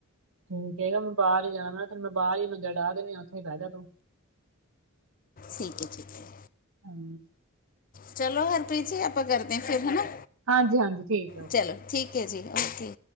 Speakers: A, on the right (about 65°); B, on the left (about 40°).
A: ਠੀਕ ਹੈਗਾ ਮੈਂ ਬਾਹਰ ਹੀ ਜਾਣਾ ਮੈਂ ਬਾਹਰ ਈ ਮੰਜਾ ਡਾਹ ਦਿੰਨਿਆ ਉੱਥੇ ਹੀ ਬਹਿ ਜਾ ਤੂੰ।
B: ਠੀਕ ਹੈ, ਠੀਕ ਹੈ।
A: ਹੂੰ।
B: ਚਲੋ ਹਰਪ੍ਰੀਤ ਜੀ ਆਪਾਂ ਕਰਦੇ ਹਾਂ ਫਿਰ ਹਨਾ।
A: ਹਾਂਜੀ ਹਾਂਜੀ ਠੀਕ ਹੈ ਓਕੇ
B: ਚਲੋ ਠੀਕ ਹੈ ਜੀ ਓਕੇ।